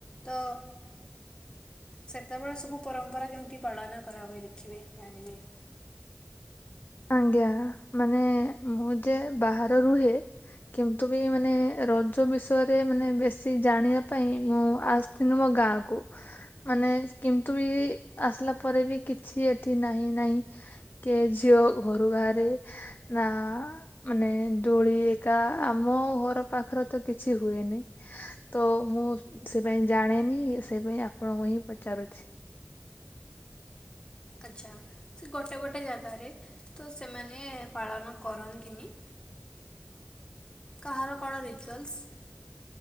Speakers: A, on the left; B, on the left.
A: ତ ସେତେବେଳେ ସବୁ ପରମ୍ପରା କେମିତି ପାଳନ କରାହୁଏ ଦେଖିବେ ଜାଣିବେ।
B: ଆଜ୍ଞା ମାନେ ମୁଁ ଯେ ବାହାର ରୁହେ କିନ୍ତୁ ବି ମାନେ ରଜ ବିଷୟରେ ମାନେ ବେଶୀ ଜାଣିବା ପାଇଁ ମୁଁ ଆସ କିନ୍ତୁ ମୋ ଗାଁକୁ ମାନେ କିନ୍ତୁ ବି ଆସିଲା ପରେ ବି କିଛି ଏଠି ନାହିଁ ନାହିଁ। କିଏ ଝିଅ ଘରୁ ବାହାରେ ନା ମାନେ ଦୋଳି ଏକା ଆମ ଘର ପାଖରେ ତ କିଛି ହୁଏନି। ତ ମୁଁ ସେ ପାଇଁ ଜାଣେନି ସେ ପାଇଁ ଆପଣଙ୍କୁ ହିଁ ପଚାରୁଛି।
A: ଆଚ୍ଛା ସେ ଗୋଟେ ଗୋଟେ ଜାଗାରେ ତ ସେମାନେ ପାଳନ କରନ୍ତିନି। କାହାର କଣ ରିଚୁଆଲ୍ସ?